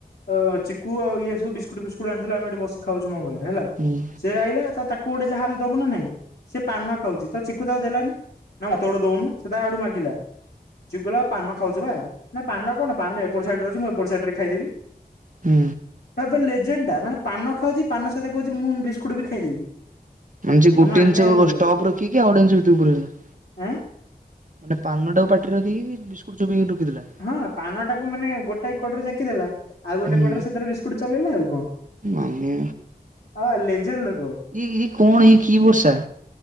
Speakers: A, on the left; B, on the right.
A: ଅ ଚି କୁ ଆଉ ଇଏ ସବୁ ବିସ୍କୁଟ ଫସ୍କୁଟ ଆଣିଥିଲା ଆମେ ଏଠି ବସିଛୁ ଖାଉଛୁ ମୋ ଘରେ ହେଲା।
B: ହୁଁ।
A: ସେ ଆଇଲା ତାକୁ ଗୋଟେ ଯାହା ହେଲେ ଦବୁ ନା ନାଇଁ ସେ ପାନ ଖାଉଛି ତ ଚକୁୁ ତାକୁ ଦେଲାନି। ନା ମତେୋ ଗୋଟେ ଦଉନୁ ସେ ତା ଆଡୁ ମାଗିଲା। ଚୁଗୁଲା ପାନ ଖାଉଚୁବା ନା ପାନ କଣ ପାନ ଏପଟ ସାଇଡ଼େ ଅଛି ମୁଁ ଏପଟ ସାଇଡ ରେ ଖାଇଦେବି।
B: ହୁଁ।
A: ଆବେ ଲେଜେଣ୍ଡ ଟା ମାନେ ପାନ ଖାଉଛି ପାନ ସହିତ କହୁଛି ମୁଁ ବିସ୍କୁଟ ବି ଖାଇଦେବି।
B: ମାନେ ସେଏ ଗୋଟିଏ
A: ମାନିବାକୁ
B: ଜିନିଷ କୁ
A: ପଡିବ
B: ଷ୍ଟକ ରଖିକି ଆଉ ଗୋଟିଏ ଜିନିଷ କୁ ଭିତରକୁ ପୁରେଇଲା।
A: ଆଁ।
B: ମାନେ ପାନଟାକୁ ପାଟିରେ ରଖିକି ବିସ୍କୁଟ ଚୋବେଇ କି ଢ଼ୋକିଦେଲା।
A: ହଁ ପାନଟାକୁୁ ମାନେ ଗୋଟାଏ କଡ ରେ ଜାକି ଦେଲା ଆଉ ଗୋଟେ
B: ହୁଁ
A: କଡରେ ସେଥିରେ ବିସ୍କୁଟ ଚଲେଇଲା ଆଉ କଣ।
B: ମାନେ
A: ଆ ଲେଜେଲ ଲୋକ।
B: ଇଏ ଇଏ କଣ ଏଇ କି ବର୍ଷା?